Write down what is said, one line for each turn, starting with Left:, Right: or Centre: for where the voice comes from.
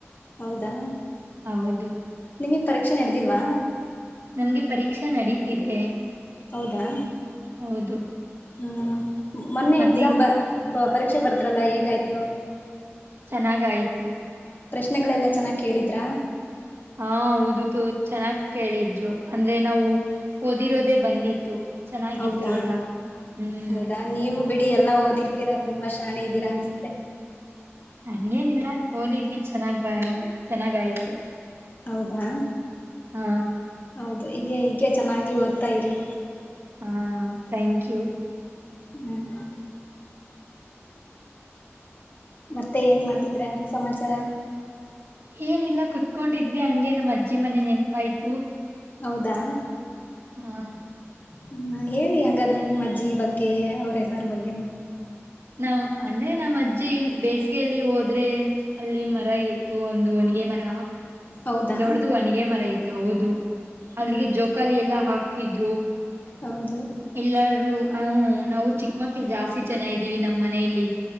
Left: ಹೌದಾ
Right: ಹೌದು.
Left: ನಿಮಿಗ್ ಪರೀಕ್ಷೆ ನೆಡ್ದಿಲ್ವಾ
Right: ನಮ್ಗೆ ಪರೀಕ್ಷಾ ನಡೀತಿದೆ
Left: ಹೌದಾ
Right: ಹೌದು
Left: ಹ್ಮ ಮೊನ್ನೆ
Right: ಮತ್ತೆ
Left: ಎಕ್ಸಾಮ್ ಬ ಪರೀಕ್ಷೆ ಬರುದ್ರಲ್ಲ ಹೇಗಾಯ್ತು
Right: ಚೆನ್ನಾಗಯ್ತು
Left: ಪ್ರಶ್ನೆಗಳೆಲ್ಲಾ ಚೆನ್ನಾಗ್ ಕೇಳಿದ್ರಾ
Right: ಹಾ ಓದತು ಚೆನ್ನಾಗ್ ಕೇಳಿದ್ರು ಅಂದ್ರೆ ನಾವು ಓದಿರೋದೇ ಬಂದಿತ್ತು ಚೆನ್ನಾಗಿತ್ತು
Left: ಹೌದಾ
Right: ಎಲ್ಲ. ಹ್ಮ್.
Left: ಹೌದಾ ನೀವು ಬಿಡಿ ಎಲ್ಲಾ ಓದಿರ್ತೀರಾ ತುಂಬಾ ಶಾನೆ ಇದ್ದೀರಾ ಅನ್ಸುತ್ತೆ.
Right: ಹಂಗೇನಿಲ್ಲ ಓದಿದ್ವಿ ಚೆನ್ನಾಗ್ ಬ ಚೆನ್ನಾಗಾಯ್ತು.
Left: ಹೌದಾ
Right: ಹಾ,
Left: ಹೌದು ಈ ಹೀಗೆ ಚೆನ್ನಾಗಿ ಓದ್ತಾ ಇರಿ.
Right: ಹಾ ಥ್ಯಾಂಕ್ ಯು.
Left: ಹ್ಮ್ ಮತ್ತೆ ಏನ್ ಮಾಡ್ತಿದ್ರ. ಸಮಾಚಾರ
Right: ಏನಿಲ್ಲ ಕುೂತ್ಕೊಂಡಿದ್ವಿ ಹಂಗೆ ನಮ್ಮ ಅಜ್ಜಿ ಮನೆ ನೆನ್ಪಾಯ್ತು.
Left: ಹೌದಾ
Right: ಹಾ
Left: ಹ್ಮ ಹೇಳಿ ಹಂಗಾದ್ರೆ ನಿಮ್ಮ ಅಜ್ಜಿ ಬಗ್ಗೆ ಅವ್ರೆಲ್ಲಾರ ಬಗ್ಗೆನು.
Right: ನಾವ್ ಅಂದ್ರೆ ನಮ್ಮ್ ಅಜ್ಜಿ ಬೇಸಿಗೆಯಲ್ಲಿ ಹೋದ್ರೆ ಅಲ್ಲಿ ಮರ ಇತ್ತು ಒಂದು ಒಣಿಗೆ ಮರ.
Left: ಹೌದಾ
Right: ದೊಡ್ಡ್ದ ಒನಿಗ ಮರ ಇ ಹೌದು ಅದ್ರಿಗೆ
Left: ಹ್ಮ್
Right: ಜೋಕಾಲಿ ಎಲ್ಲಾ ಹಾಕ್ ಕಿದ್ದರು
Left: ಹೌದು
Right: ಎಲ್ಲಾರೂ ಹ ನಾವು ಚಿಕ್ಕ ಮಕ್ಳ ಜಾಸ್ತಿ ಜನ ಇ ೀವಿ ನಮ್ಮ್ ಮನೆಯಲ್ಲಿ